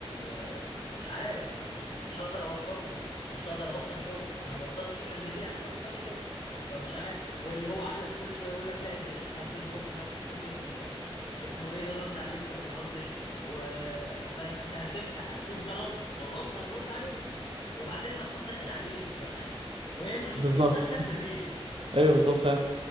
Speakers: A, on the left; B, on the right.
A: آه، مش عارف ما ما- مش هقدر ابطله مش هقدر ابطل شغل انا بطلت سوشيال ميديا يعني انا بطلت شغل فمش عارف واللي هو عقلك كل شوية يقول لك لا انت تفتح الفيسبوك بس تشوف ال... آه، اسمه ايه ده رد عليك ولا ما ردش و... فانت هتفتح هتشوف ده رد لو رد هترد عليك وبعدين هتروح داخل على الريلز بقى <laughs> وهي المشكلة
B: بالظبط
A: السحلة في الريلز
B: ايوه بالظبط فعلا